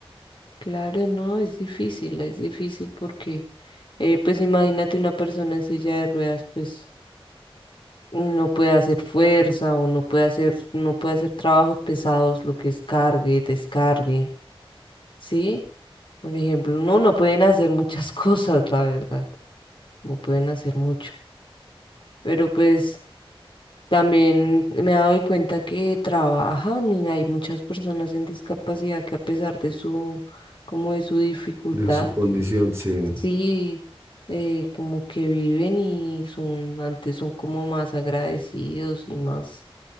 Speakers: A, on the left; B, on the right.
A: Claro, no, es difícil, es difícil porque, eh, pues imagínate una persona en silla de ruedas, pues no puede hacer fuerza o no puede hacer, no puede hacer trabajos pesados, lo que es cargue, descargue, ¿sí? Un ejemplo, no, no pueden hacer muchas <laughs> cosas, la verdad, no pueden hacer mucho, pero pues también me he dado cuenta que trabajan y hay muchas personas en discapacidad que a pesar de su, como de su dificultad,
B: de su condición, sí.
A: Sí, eh, como que viven y son, antes son como más agradecidos y más